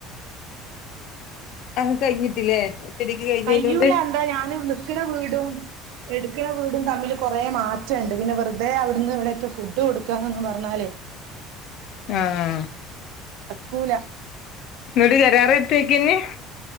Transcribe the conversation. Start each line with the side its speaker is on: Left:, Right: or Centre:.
Left: അങ് കഴിഞ്ഞിട്ടില്ലേ ഒറ്റടിക്ക് കഴിഞ്ഞതിനോണ്ട്
Right: കയ്യൂല എന്താ ഞാനും ണ വീടും എടുക്കണ വീടും തമ്മിൽ കൊറെ മാറ്റംണ്ട് പിന്നെ വെറുതെ അവിടുന്ന് ഇവിടെറ്റം ഫുഡ് ഇട്ട് കൊടുക്കാന്നങ്‌ പറഞ്ഞാലെ
Left: ആഹ്
Right: ടക്കൂല
Left: ങ്ങട്ട് കരാറിട്ടക്കെനി